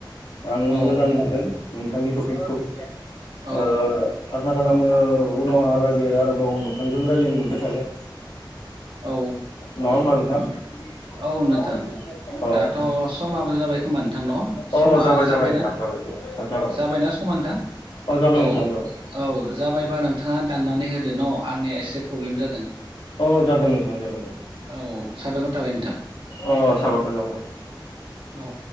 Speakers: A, on the left; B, on the right.
A: आं
B: औ
A: मोजां मोनदों नोंथांनि टपिकखौ।
B: औ
A: ओ आसा खालामो उनावहालागै आरोबाव नोंथांजों रायलायनो मोनबाय थागोन।
B: औ
A: नङा होमबा नोंथां?
B: औ नोंथां
A: अ
B: दाथ' समाबो जाबाय खोमा नोंथां न समा
A: अ जाबाय
B: जाबायना?
A: जाबाय नोंथां जाबाय जाबाय जाबाय
B: जाबायना समा नोंथां?
A: अ जाबाय
B: औ
A: नोंथां जाबाय
B: औ जाबायबा नोंथाङा दाननानै हो दो न' आंनिया एसे प्रब्लेम जादों।
A: औ जागोन नोंथां जागोन जागोन।
B: औ साबायखर थाबाय नोंथां
A: अ साबायखर <inaudible>
B: औ